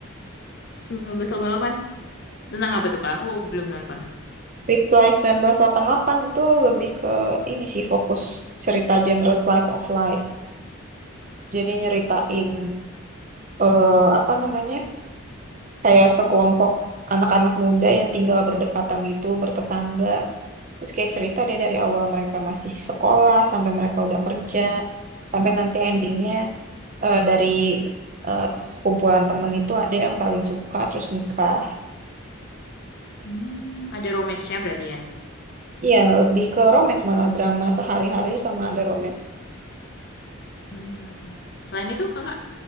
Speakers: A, on the left; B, on the right.
A: 1988, tentang apa tuh Kak? Aku belum nonton.
B: Reply 1988 itu lebih ke ini sih fokus cerita genre slice of life. Jadi nyeritain eh, apa namanya? Kayak sekelompok anak-anak muda yang tinggal berdekatan gitu, bertetangga. Terus kayak cerita dia dari awal mereka masih sekolah sampai mereka udah kerja, sampai nanti endingnya eh, dari eh, sekumpulan temen itu ada yang saling suka terus nikah.
A: Hmm, ada romance-nya berarti ya.
B: Iya, lebih ke romance malah drama sehari-hari sama ada romance.
A: Hmm. Selain itu kakak